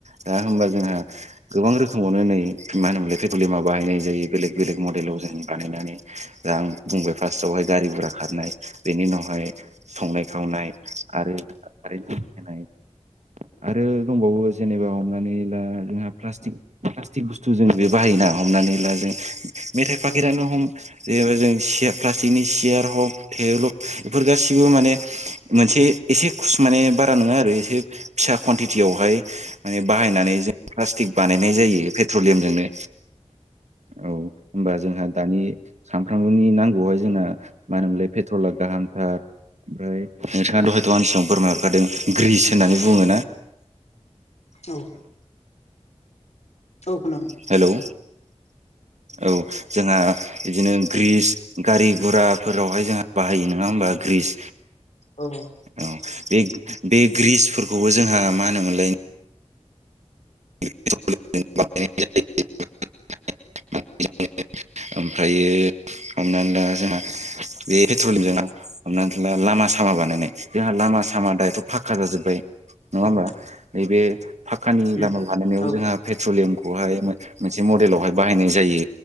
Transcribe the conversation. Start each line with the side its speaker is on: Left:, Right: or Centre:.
Right: दा होमबा जोंहा गोबां रोखोमावनो नै मा होनोमलाय पे ट्रलिमा बाहायनाय जायो बेलेग बेलेग मडेलाव जों बानायनानै दा आं बुंबाय फार्स्टआवहाय गारि गुरा खारनाय बेनि उनावहाय संनाय खावनाय आरो कारन्ट होनाय आरो दंबावो जेनेबा हमनानै ला जोंहा प्लाष्टिक प्लाष्टिक बुस्थु जों जे बाहायोना हमनानै ला जों मेथाइ फाखेरानो
Left: औ
Right: हम जेनेबा जों प्लासिगनि सेयार हक थेबोल' बेफोर गासिबो माने मोनसे एसे खुस माने बारा नङा आरो एसे फिसा कुवानटिटियावहाय माने बाहायनानै जों प्लास्टिक बानायनाय जायो पेट्रलियामजोंनो औ होमबा जोंहा दानि सामफ्रामबोनि नांगौआवहाय जोंना मानो होनोमोनलाय पेट्रला गाहामथार ओमफ्राय नोंथाङा हयथ' आंनि सिगाङाव बरनाय हरखादों ग्रिस होननानै
Left: <inaudible>
Right: बुङोना
Left: औ औ खोनादों
Right: हेल' औ जोंहा बिदिनो ग्रिस गारि गुराफोरावहाय जोंहा बाहायो नङा होमबा ग्रिस।
Left: औ
Right: औ बे बे ग्रिसफोरखौ खौबो जोंहा मा होनोमोनलाय <inaudible> <inaudible> ओमफ्रायो हमनानै ला जोंहा बे पेट्रलिमजों हमनानैला लामा सामा बानायनाय जोंहा लामा सामा दायोथ' फाखा जाजोब्बाय नङा
Left: औ
Right: होमबा नैबे फाखानि
Left: उम
Right: लामा लानायनायाव
Left: औ
Right: जोंहा पेट्रलियाम खौहाय मोनसे मडेलावहाय बाहायनाय जायो